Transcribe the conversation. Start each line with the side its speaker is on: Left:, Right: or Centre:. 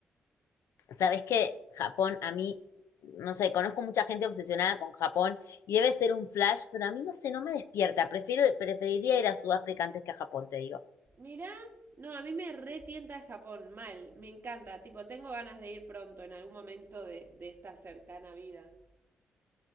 Left: Sabes que Japón, a mí, no sé, conozco mucha gente obsesionada con Japón y debe ser un flash, pero a mí no sé, no me despierta. Prefiero, preferiría ir a Sudáfrica antes que a Japón, te digo.
Right: Mirá, no, a mí me retienta Japón, mal, me encanta, tipo, tengo ganas de ir pronto en algún momento de, de esta cercana vida.